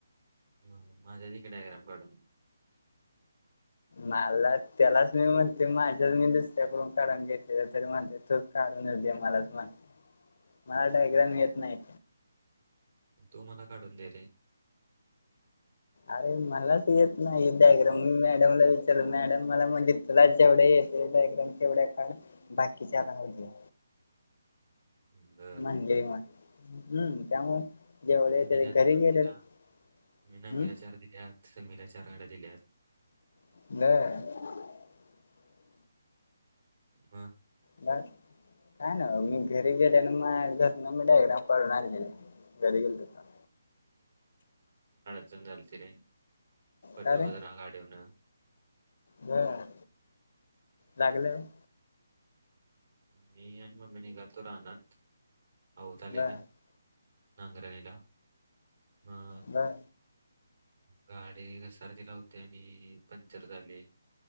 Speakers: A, on the right; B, on the left.
A: मग माझ दि की डायग्राम काढून <unintelligible>
B: मला त्यालाच मी म्हणतोय माझं मी दुसऱ्याकडून काढून घेतलेलं तरी म्हणते तूच काढ काढून न दे मलाच म्हणतोय
A: <unintelligible>
B: मला डायग्राम
A: हम्म
B: येत नाही
A: मग तू मला काढून दे रे
B: अरे मलाच येत नाही डायग्राम मी मॅडमला विचारुन मॅडम मला म्हणज तुलाच एवढे एकदम डायग्राम तेवढ्या काढ बाकीच्या राहू दे
A: <unintelligible> बर
B: म्हणजे
A: बर
B: मग हम्म त्यामुळ‌ जेवढ
A: मी
B: ते
A: दिल्यात
B: घरी
A: नमीला
B: गेले
A: मी
B: हम्म
A: नमीला चार दिल्यात संमीला चार आठ दिल्यात
B: बर
A: म
B: मग काय ना मी घरी गेल्यान माझ घर न डायग्राम काढून आणलेलं घरी गेल त
A: सन झालत ति रे पडलो
B: का रे
A: जरा गाडीवरन
B: बर लागलं
A: मी आणि मम्मी निघातो रानात आऊत आलेलं
B: बर
A: नांगरणीला मग
B: बर
A: गाडी घसारतीला हुती आणि पंक्चर झाली